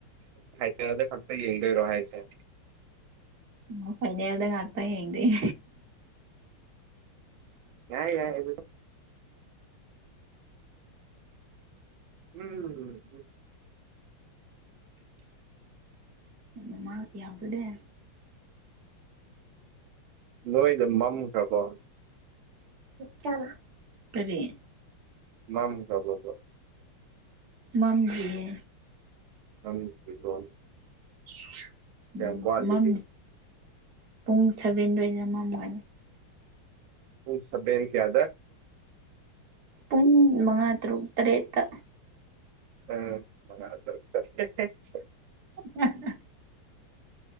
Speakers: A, on the right; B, on the right.
A: ꯐꯥꯏꯅꯦꯜꯗ ꯈꯛꯇ ꯌꯦꯡꯗꯣꯏꯔꯣ ꯍꯥꯏꯁꯦ
B: ꯃ ꯐꯥꯏꯅꯦꯜꯗ ꯉꯥꯛꯇ ꯌꯣꯡꯗꯣꯏꯅꯦ
A: ꯌꯥꯏ ꯌꯥꯏ <unintelligible> ꯎꯝ
B: ꯃ ꯃꯥꯗꯤ ꯌꯥꯎꯗꯨ ꯗꯦ
A: ꯅꯣꯏꯗ ꯃꯝꯈ꯭ꯔꯕꯣ
B: ꯇ ꯀꯔꯤ
A: ꯃꯝ ꯈꯔꯕꯣꯕ
B: ꯃꯝꯗꯔꯤꯌꯦ
A: ꯃꯝꯗꯔꯤꯕꯣ
B: <unintelligible>
A: ꯀꯌꯥꯝ ꯋꯥꯠꯂꯤꯒꯦ
B: ꯃꯝ ꯄꯨꯡ ꯁꯚꯦꯟꯗ ꯑꯣꯏꯅ ꯃꯝꯒꯅꯤ
A: ꯄꯨꯡ ꯁꯚꯦꯟ ꯀꯌꯥꯗ
B: ꯄꯨꯡ ꯃꯉꯥ ꯇꯔꯨꯛ ꯇꯔꯦꯠꯇ
A: ꯎꯝ <unintelligible>
B: <unintelligible>